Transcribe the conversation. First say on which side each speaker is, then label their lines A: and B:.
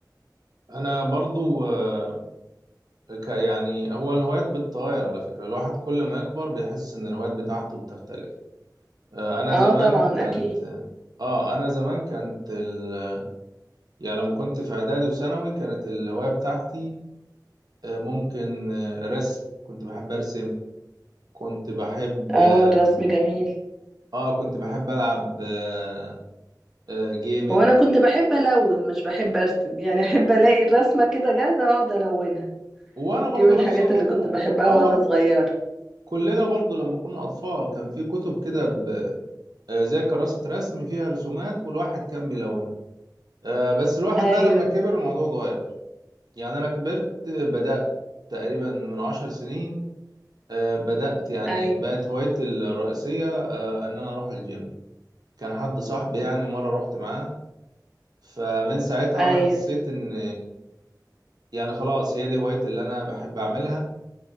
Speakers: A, on the right (about 60°); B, in the centre.
A: انا برضو أه، ك يعني هو الهوايات بتتغير على فكره الواحد كل ما يكبر بيحس ان الهوايات بتاعته بتختلف أه، انا
B: اه
A: زمان
B: طبعا
A: كانت
B: أكيد
A: اه انا زمان كانت ال... يعني لما كنت في اعدادي وثانوي كانت الهوايه بتاعتي أه، ممكن أه، رسم كنت بحب ارسم كنت بحب
B: اه
A: اه
B: الرسم جميل
A: آه، كنت بحب العب آه، آه، جيمنج
B: هو أنا كنت بحب ألون مش بحب أرسم يعني أحب ألاقي الرسمة كده جاهزة وأقعد ألونها
A: وانا برضو
B: دي من الحاجات
A: نفس الموضوع
B: اللي كنت بحبها
A: اه
B: وأنا صغيرة
A: كلنا برضو لما كنا اطفال كان في كتب كده ب- آه، زي كراسة رسم فيها رسومات والواحد كان بيلونها آه، بس الواحد
B: ايوه
A: بقى لما كبر الموضوع اتغير يعني انا كبرت آه، بدأت تقريبا من عشر سنين آه، بدأت يعني
B: ايوه
A: بقت هوايتي الرئيسية آه، ان انا اروح الجيم كان حد صاحبي يعني مرة رحت معاه فمن ساعتها
B: ايوه
A: وانا حسيت ان يعني خلاص هي دي هوايتي اللي انا بحب اعملها